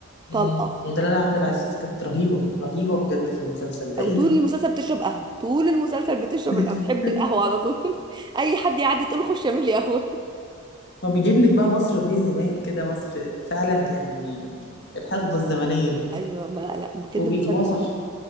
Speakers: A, on the left; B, on the right.
A: امم
B: طلقه
A: ودلال عبد العزيز كانت رهيبه رهيبه بجد في المسلسل ده
B: او
A: ايه
B: طول
A: ده
B: المسلسل بتشرب قهوه طول المسلسل بتشرب
A: <laughs>
B: القهوة بتحب القهوه على طول <laughs> اي حد يعدي تقول له خش اعمل لي قهوه
A: هو بيجيب لك بقى مصر وهي زمان كده مصر فعلا يعني الحقبه الزمنيه دي
B: ايوه بقى لا بجد
A: وبيجيبوها
B: المسلسل
A: صح
B: ده